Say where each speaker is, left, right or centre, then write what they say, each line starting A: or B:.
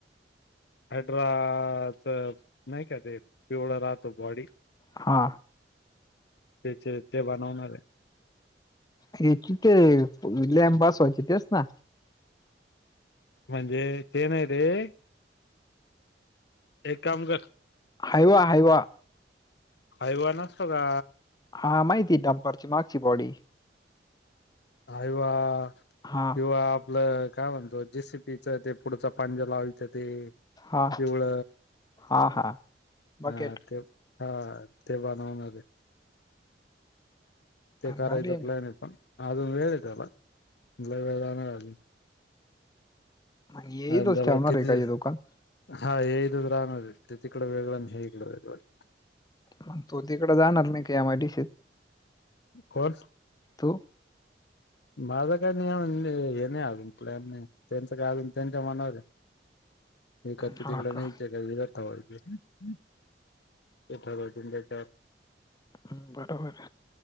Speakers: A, on the left; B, on the left.
A: हायड्राच नाही का ते पिवळं राहतो बॉडी.
B: हा.
A: त्याचे ते बनवणार आहे.
B: हची ते लॅम्ब व्हायची तेच ना.
A: म्हणजे ते नाही रे. एक काम कर.
B: Hyva Hyva.
A: हाईवा नसतो का.
B: हा माहिती ड्पर ची मागची बॉडी.
A: हायवा.
B: हा.
A: किवा आपल काय म्हणतो. जेसि पीच ते पुढचा पांजरा लावायचं ते
B: हा
A: पिवळ.
B: हा हा बकेट
A: हा ते हा ते बनवूनगे. ते
B: भारी
A: करायचं
B: ना
A: प्लॅन आहे पण अजून वेळ आहे त्याला लई वेळ लागणार आहे.
B: येई
A: आणि
B: तोच
A: त्याला
B: ठेवणार
A: किती
B: आहे का हे दुकान.
A: हा ये दिवस राहणार आहे ते तिथ वेगळ हे इकड वेगळं राहणार आहे.
B: मग तो तिकडं जाणार नाही का एमआयडीसीत.
A: कोण.
B: तो.
A: माझं काय नाही हे नाही अजून प्लॅन नाही त्यांच काय अजून त्यांच्या मनावर आहे. इकडचं
B: हा
A: तिकडं
B: का
A: नाही केल. ह ते ठाकरंद्याच्या.
B: हम् बरोबर.